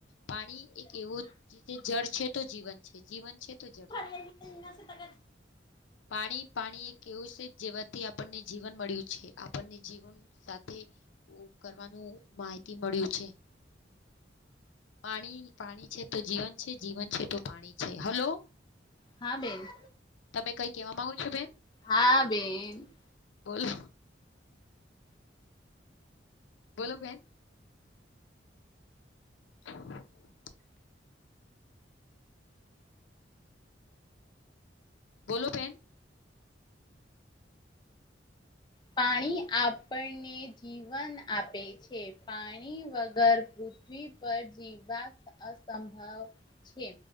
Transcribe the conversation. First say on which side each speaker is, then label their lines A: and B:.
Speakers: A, on the left; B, on the left.
A: પાણી એક એવું જળ છે તો જીવન છે જીવન છે તો જળ છે
B: <inaudible>
A: પાણી પાણી એ કેવું છે જેવાથી આપણને જીવન મળ્યું છે આપણને જીવન સાથે કરવાનું માહિતી મળ્યું છે. પાણી પાણી છે તો જીવન છે જીવન છે તો પાણી છે હલો.
B: હા બેન.
A: તમે કઈ કેવા માંગો છો બેન.
B: હા બેન.
A: બોલો બોલો બેેન. <inaudible> બોલો બેન.
B: પાણી આપણને જીવન આપે છે પાણી વગર પૃથ્ પથ્વી પર જીવા અસંભવ છે.